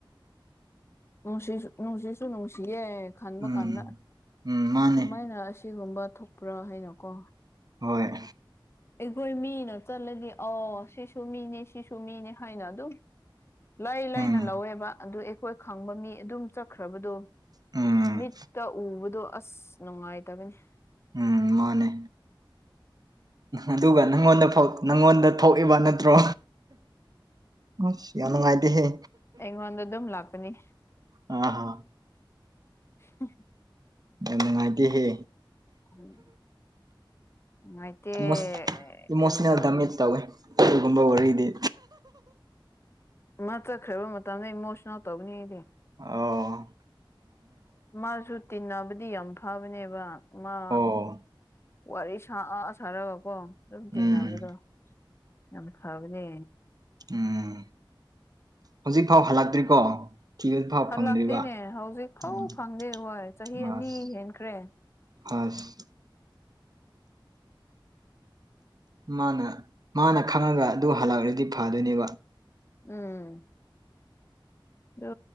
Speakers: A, on the left; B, on the right.
A: ꯎꯝꯁꯤꯁꯨ ꯅꯣꯡꯁꯤꯁꯨ ꯅꯨꯡꯁꯤꯌꯦ ꯈꯟꯕ
B: ꯎꯝ
A: ꯀꯥꯟꯗ
B: ꯎꯝ ꯃꯥꯅꯦ
A: ꯀꯃꯥꯏꯅ ꯑꯁꯤꯒꯨꯝꯕ ꯊꯣꯛꯄ꯭ꯔꯥ ꯍꯥꯏꯅꯀꯣ
B: ꯍꯣꯏ
A: ꯑꯩꯈꯣꯏ ꯃꯤꯅ ꯆꯠꯂꯗꯤ ꯑ ꯁꯤꯁꯨ ꯃꯤꯅꯦ ꯁꯤꯁꯨ ꯃꯤꯅꯦ ꯍꯥꯏꯅ ꯑꯗꯨꯝ ꯂꯩ ꯂꯩꯅ
B: ꯎꯝ
A: ꯂꯧꯋꯦꯕ ꯑꯗꯨ ꯑꯩꯈꯣꯏ ꯈꯪꯕ ꯃꯤ ꯑꯗꯨꯝ ꯈ꯭ꯔꯕꯗꯣ
B: ꯎꯝ
A: ꯃꯤꯠꯇ ꯎꯕꯗꯣ ꯑꯁ ꯅꯨꯡꯉꯥꯏꯇꯕꯅꯤ
B: ꯎꯝ ꯃꯥꯅꯦ ꯑꯗꯨꯒ ꯅꯪꯉꯣꯟꯗ ꯅꯪꯉꯣꯟꯗ ꯊꯣꯛꯏꯕ ꯅꯠꯇ꯭ꯔꯣ ꯑ ꯁꯤꯌꯥꯅꯅꯨꯡꯉꯥꯏꯗꯤ ꯍꯦ
A: ꯑꯩꯉꯣꯟꯗ ꯑꯗꯨꯝ ꯂꯥꯛꯄꯅꯤ
B: ꯑ ꯍꯥꯥ
A: ꯎꯝ
B: ꯌꯥꯝ ꯅꯨꯡꯉꯥꯏꯇꯦꯍꯦ
A: ꯎꯝ ꯅꯨꯡꯉꯥꯏꯇꯦ
B: ꯃꯣꯁ ꯏꯃꯣꯁꯅꯦꯜ
A: ꯀꯔꯤ ꯇꯧꯈꯤꯅꯤ
B: ꯗꯥꯃꯦꯖ ꯇꯧꯋꯦ ꯑꯗꯨꯒꯨꯝꯕ ꯋꯥꯔꯤꯗꯤ
A: ꯎꯝ ꯃ ꯆꯠꯈ꯭ꯔꯕ ꯃꯇꯝꯗ ꯏꯃꯣꯁꯅꯦꯜ ꯇꯧꯧꯕꯅꯤ ꯑꯩꯗꯤ
B: ꯑ
A: ꯃꯥꯁꯨ ꯇꯤꯟꯅꯕꯗꯤ ꯌꯥꯝ ꯐꯕꯅꯦꯕ ꯃꯥ
B: ꯑꯣ
A: ꯋꯥꯔꯤ ꯁꯥꯑ ꯁꯥꯔꯕꯀꯣ ꯑꯗꯨꯝ
B: ꯎꯝ
A: ꯇꯤꯟꯅꯕꯗꯣ ꯌꯥꯝ ꯐꯕꯅꯦ
B: ꯎꯝ ꯍꯧꯖꯤꯛ ꯐꯥꯎ ꯍꯜꯂꯛꯇ꯭ꯔꯤꯀꯣ ꯊꯤꯕ ꯐꯥꯎ
A: ꯍꯜꯂꯥꯛꯇꯦꯅꯦ
B: ꯐꯪꯗ꯭ꯔꯤꯕ
A: ꯍꯧꯖꯤꯛ ꯐꯧ
B: ꯎꯝ
A: ꯐꯪꯗꯦ ꯍꯣꯏ ꯆꯍꯤ ꯑꯅꯤ
B: ꯑꯁ
A: ꯍꯦꯟꯈ꯭ꯔꯦ
B: <unintelligible> ꯃꯥꯅ ꯃꯥꯅ ꯈꯪꯉꯒ ꯑꯗꯨ ꯍꯜꯂꯛꯂꯗꯤ ꯐꯗꯣꯏꯅꯦꯕ
A: ꯎꯝ ꯑꯗꯨ